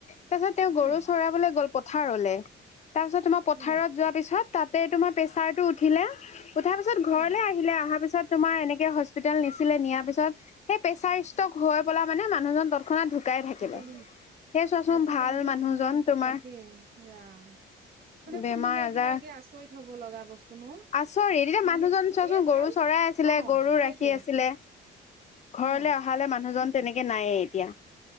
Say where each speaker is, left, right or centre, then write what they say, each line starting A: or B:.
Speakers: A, on the left; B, on the right.
A: তাৰপিছত তেওঁ গৰু
B: উম
A: চৰাবলৈ গ'ল পথাৰলৈ তাৰপিছত তোমাৰ পথাৰত
B: অ
A: যোৱাৰ পিছত তাত তোমাৰ প্ৰেছাৰটো উঠিলে উঠাৰ পিছত ঘৰলে
B: অ
A: আহিলে অহাৰ পিছত তোমাৰ এনেকে হস্পিতেল নিছিলে নিয়াৰ পিছত সেই প্ৰেচাৰ ষ্টক হৈ পেলা মানে মানুহজন তৎক্ষণাত ঢুকাই থাকিলে
B: ঢুকালে নেকি
A: সেই চোৱাচোন
B: আজিকালি
A: ভাল
B: যে
A: মানুহজন
B: তোমাক
A: তোমাৰ
B: তাকে ৰাম মানে
A: বেমাৰ
B: শুনিলেও
A: আজাৰ
B: কিবা আচৰিত হ'ব লগা বস্তু ন
A: আচৰিত এতিয়া
B: মানে
A: মানুহজন চোৱাচোন
B: এই
A: গৰু
B: ভাল
A: চৰাই আছিলে
B: অ
A: গৰু
B: সেইটোৱে
A: ৰাখি আছিলে। ঘৰলৈ
B: অ
A: অহালে মানুহজন তেনেকে নায়েই এতিয়া।